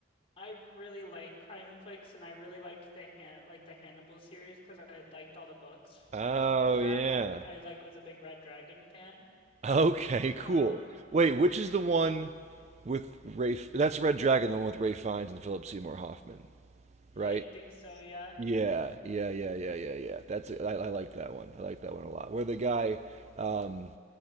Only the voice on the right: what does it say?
Oh
yeah.
Okay.
Cool. Wait, which is the one with Ray? That's Red Dragon, the one with Ray Fiennes and Philip Seymour Hoffman,
right?
Yeah, yeah, yeah, yeah, yeah, yeah. That's I, I like that one. I like that one a lot. Where the guy, um,